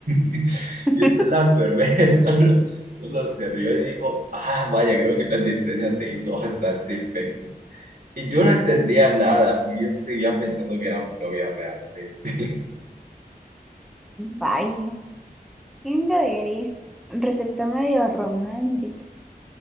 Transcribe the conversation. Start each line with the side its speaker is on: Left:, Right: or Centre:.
Right: <laughs>
Centre: <laughs>
Right: Y entonces la enfermera <laughs> solo, solo se rió y dijo, ah, vaya, creo que la anestesia te hizo bastante efecto. Y yo no entendía nada, porque yo seguía pensando que era mi novia realmente. <laughs>
Centre: Vaya, ¿quién lo diría? Resultó medio romántico.